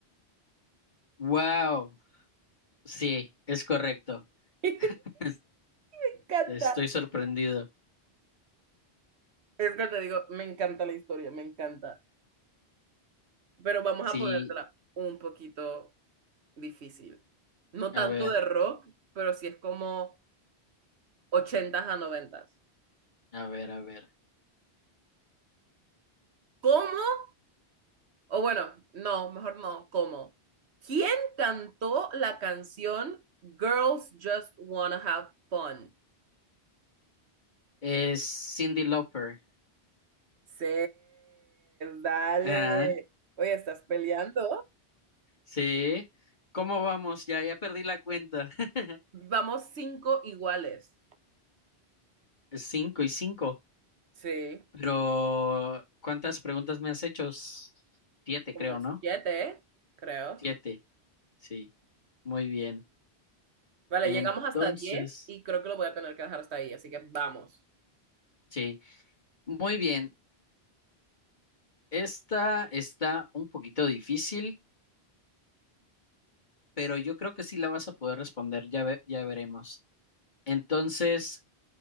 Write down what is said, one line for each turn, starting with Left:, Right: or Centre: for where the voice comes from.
Left: Wow, sí, es correcto.
Right: <laughs> Me
Left: Es-
Right: encanta.
Left: Estoy sorprendido.
Right: Es que te digo, me encanta la historia, me encanta. Pero vamos
Left: Sí,
Right: a ponértela un poquito difícil. No
Left: a
Right: tanto
Left: ver,
Right: de rock, pero sí es como ochentas a noventas.
Left: a ver, a ver.
Right: ¿Cómo? O bueno, no, mejor no, ¿cómo? ¿Quién cantó la canción Girls Just Wanna Have Fun?
Left: Es Cindy Lauper.
Right: Sí, dale.
Left: Ah,
Right: Oye, ¿estás peleando?
Left: sí. ¿Cómo vamos? Ya, ya perdí la cuenta. <laughs>
Right: Vamos cinco iguales.
Left: Es Cinco y cinco.
Right: Sí.
Left: Pero, ¿cuántas preguntas me has hecho? S- Siete,
Right: como
Left: creo, ¿no?
Right: siete, creo.
Left: Siete, sí. Muy bien.
Right: Vale,
Left: Entonces,
Right: llegamos hasta diez y creo que lo voy a tener que dejar hasta ahí, así que vamos.
Left: sí. Muy bien. Esta está un poquito difícil, pero yo creo que sí la vas a poder responder, ya ve- ya veremos. Entonces,